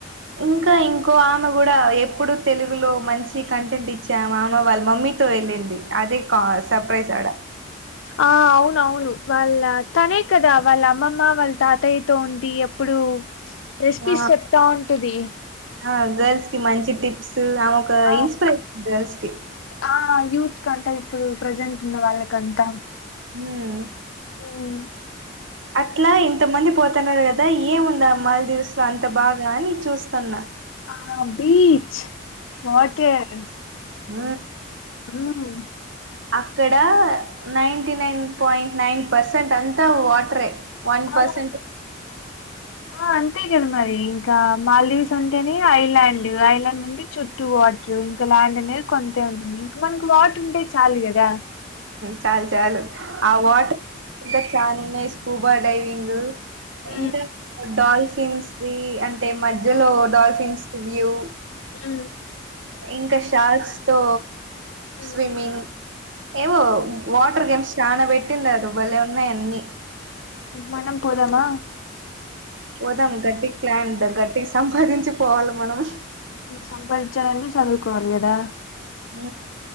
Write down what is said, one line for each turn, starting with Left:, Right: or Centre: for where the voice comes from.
Right: ఇంకా ఇంకో ఆమె కూడా ఎప్పుడు తెలుగులో మంచి కంటెంట్ ఇచ్చామె ఆమె వాళ్ళ మమ్మీతో వెళ్ళింది అదే కా సర్ప్రైస్ ఆడ
Left: ఆ అవునవును వాళ్ళ తనే కదా వాళ్ళ అమ్మమ్మ వాళ్ళ తాతయ్యతో ఉండి ఎప్పుడు రెసిపీస్
Right: ఆ
Left: చెప్తా ఉంటది
Right: ఆ గర్ల్స్ కి మంచి టిప్స్ ఆమె ఒక
Left: ఆ
Right: ఇన్స్పిరేషన్ గర్ల్స్ కి
Left: ఆ యూత్ కంతా ఇప్పుడు ప్రజెంట్ ఉన్న వాళ్ళకంతా
Right: ఊ
Left: హ్మ్.
Right: అట్లా ఎంత మంది పోతన్నారు కదా ఏముందా ఆ మల్దివెస్లో అంత బాగా అని చూస్తున్నా
Left: ఆ బీచ్ వాటర్
Right: ఊ
Left: మ్మ్
Right: అక్కడ ninety nine point nine percent అంతా వాటరే వన్
Left: ఆ
Right: పర్సెంట్
Left: ఆ అంతే కదా మరి ఇంకా మాల్దీవ్స్ అంటేనే ఐలాండ్ ఐలాండ్ అంటే చుట్టూ వాట్ర్ ఇంకా ల్యాండ్ అనేది కొంతే ఉంటుంది ఇంకా మనకి వాటర్ ఉంటే చాలు కదా
Right: చాలు చాలు ఆ వాటర్ చాన్ ఉన్నాయి స్కూబా డైవింగ్
Left: మ్మ్
Right: ఇంకా డాల్ఫిన్స్ ది అంటే మధ్యలో డాల్ఫిన్స్ వ్యూ
Left: ఉ
Right: ఇంకా షాల్స్ తో
Left: మ్మ్
Right: స్విమ్మింగ్ ఏవో వాటర్ గేమ్స్ చానా పెట్టిండారు బలే ఉన్నాయ్ అన్ని
Left: మనం పోదమా
Right: పోదాం గట్టికి ప్లాన్ ద గట్టికి సంపాదించి పోవాలి మనం
Left: సంపాదించాలంటే చదువుకోవాలి కదా
Right: ఊ